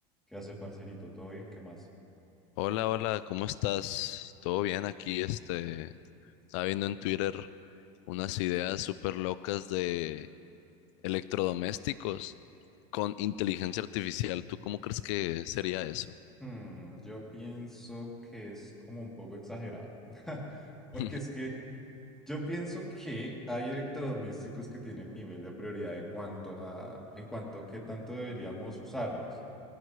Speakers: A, in the centre; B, on the left.
A: ¿Qué hace, parcerito? ¿Todo bien? ¿Qué más?
B: Hola, hola, ¿cómo estás? ¿Todo bien aquí? Este, estaba viendo en Twitter unas ideas súper locas de electrodomésticos con inteligencia artificial. ¿Tú cómo crees que sería eso?
A: Hmm, yo pienso que es como un poco exagerado. <laughs> Porque
B: <laughs>
A: es que yo pienso que hay electrodomésticos que tienen nivel de prioridad en cuanto a, en cuanto a qué tanto deberíamos usarlos.